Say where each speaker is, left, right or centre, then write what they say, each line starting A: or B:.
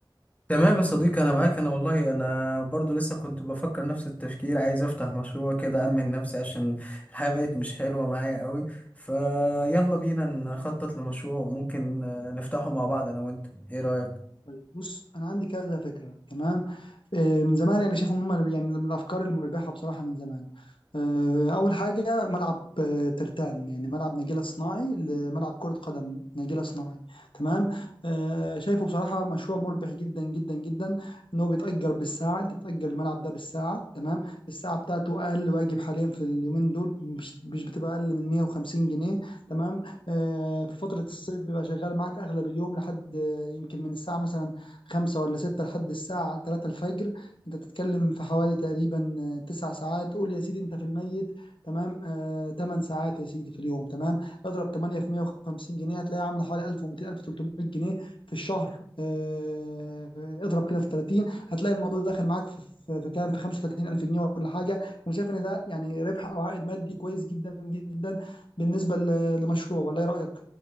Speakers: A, on the left; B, on the left.
A: تمام يا صديقي انا معاك انا والله انا برضو لسه كنت بفكر نفس التفكير عايز افتح مشروع كده امن نفسي عشان الحياة بقت مش حلوة معايا قوي فيلا بينا نخطط لمشروع ممكن آه، نفتحه مع بعض انا وانت ايه رأيك
B: طيب بص انا عندي كذا فكره تمام آه، من زمان يعني شايفهم هم يعني من الافكار المربحه بصراحه من زمان آه، اول حاجه ملعب آه، ترتان يعني ملعب نجيله صناعي لملعب كره قدم نجيله صناعي تمام آه، شايفه بصراحه مشروع مربح جدا جدا جدا ان هو بيتاجر بالساعه انت بتاجر الملعب ده بالساعه تمام الساعه بتاعته اقل واجب حاليا في اليومين دول مش مش بتبقى اقل من 150 جنيه تمام آه، في فتره الصيف بيبقى شغال معاك اغلب اليوم لحد آه، يمكن من الساعة مثلا خمسة ولا ستة لحد الساعة تلاتة الفجر أنت بتتكلم في حوالي تقريبا آه، تسع ساعات قول يا سيدي أنت في الميت تمام آه، تمن ساعات يا سيدي في اليوم تمام اضرب 8 في 150 جنيه هتلاقي عاملة حوالي 1200 1300 جنيه في الشهر آه، اضرب كده في 30 هتلاقي الموضوع داخل معاك في في في كام في 35000 جنيه ولا حاجة أنا شايف إن ده يعني ربح أو عائد مادي كويس جدا جدا بالنسبة ل- لمشروع ولا إيه رأيك؟